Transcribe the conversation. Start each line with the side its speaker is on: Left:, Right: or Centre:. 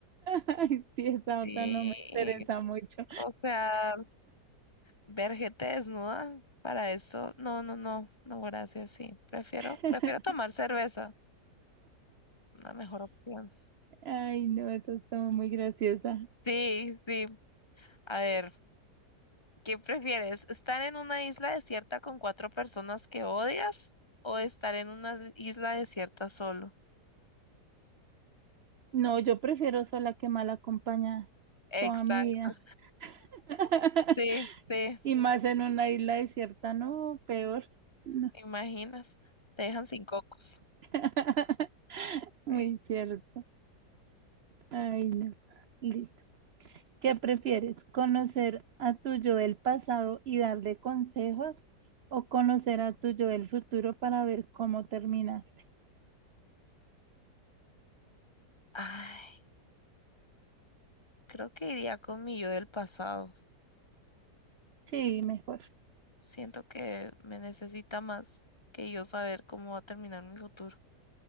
Right: Ay, sí, esa
Left: Sí.
Right: otra no me interesa mucho.
Left: O sea. Ver gente desnuda para eso, no, no, no, no, gracias, sí. Prefiero,
Right: <laughs>
Left: prefiero tomar cerveza, una mejor opción.
Right: Ay, no, esa estuvo muy graciosa.
Left: Sí, sí. A ver, ¿qué prefieres? ¿Estar en una isla desierta con cuatro personas que odias o estar en una isla desierta solo?
Right: No, yo prefiero sola que mal acompañada
Left: Exacto.
Right: toda mi vida. <laughs>
Left: Sí, sí,
Right: Y más en una isla desierta, no, peor. No.
Left: ¿te imaginas. Te dejan sin cocos.
Right: <laughs> Muy
Left: Sí.
Right: cierto. Ay, no. Listo. ¿Qué prefieres? ¿Conocer a tu yo del pasado y darle consejos o conocer a tu yo del futuro para ver cómo terminaste?
Left: Ay, creo que iría con mi yo del pasado.
Right: Sí, mejor.
Left: Siento que me necesita más que yo saber cómo va a terminar mi futuro.